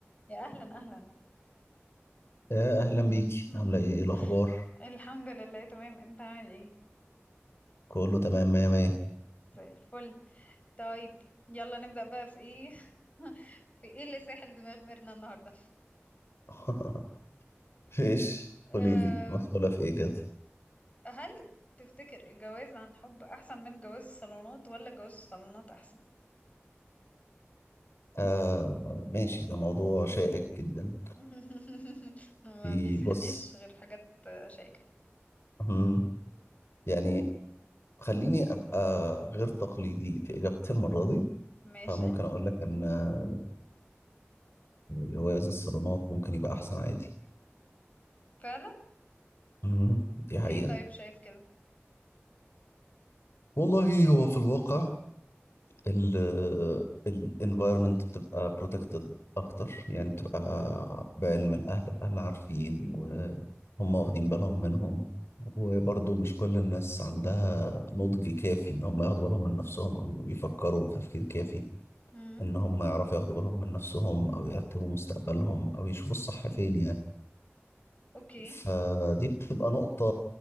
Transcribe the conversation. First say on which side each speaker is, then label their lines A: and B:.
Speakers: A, on the left; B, on the left.
A: يا اهلا اهلا
B: يا اهلا بيك
A: <laughs>
B: عامله ايه إيه الاخبار
A: الحمد لله تمام انت عامل ايه
B: كله تمام مية مية
A: زي الفل طيب يلا نبدأ بقى في ايه <laughs> في ايه اللي ساحل دماغ ميرنا النهارده
B: <laughs> فيش
A: أه
B: قولي لي مسؤوله في ايه كده
A: هل تفتكر الجواز عن حب احسن من جواز الصالونات ولا جواز الصالونات احسن
B: آه ماشي ده موضوع شائك جدا
A: <laughs> ما
B: في
A: بيسحلنيش
B: بص
A: غير حاجات آه، شائكة
B: مم، يعني خليني ابقى غير تقليدي في اجابتي المره دي
A: ماشي
B: فممكن اقول لك ان آه، جواز الصالونات ممكن يبقى احسن عادي
A: فعلا
B: مم، دي
A: ليه
B: حقيقه
A: طيب شايف كده
B: والله هو في الواقع ال ال environment بتبقى protected أكتر يعني بتبقى بعلم الأهل الأهل عارفين وهم واخدين بالهم منهم وبرضه مش كل الناس عندها نضج كافي إن هم ياخدوا بالهم من نفسهم أو يفكروا بتفكير كافي
A: امم
B: إن هم يعرفوا ياخدوا بالهم من نفسهم أو يرتبوا مستقبلهم أو يشوفوا الصح فين يعني
A: اوكي
B: فدي بتبقى نقطة